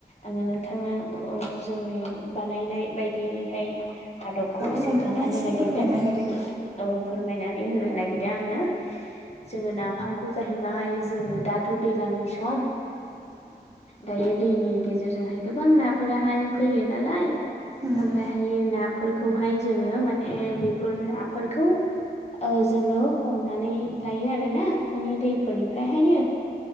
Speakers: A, on the left (about 40°); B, on the right (about 20°).
A: आङो नोंथांनो जोंनि बानायनाय बायदि हैय आदबखौ
B: औ
A: एसे
B: नोंथाङा
A: खोन्थानो
B: एसे
A: नागिरदों
B: फोरमायना होदो
A: औ फोरमायनानै होनो नागिरदों आङो जोङो नाफामखौ जाहैबाय जोङो दाथ दैज्लांनि सम
B: <inaudible>
A: दायो दैनि गेजेरजोंहाय गोबां नाफोराहाय फैयो नालाय
B: हुम
A: ओमहायो नाफोरखौहाय जोङो माने बेफोर नाफोरखौ ओ जोङो हमनानै लायो आरो ना माने दैफोरनिफ्रायहायो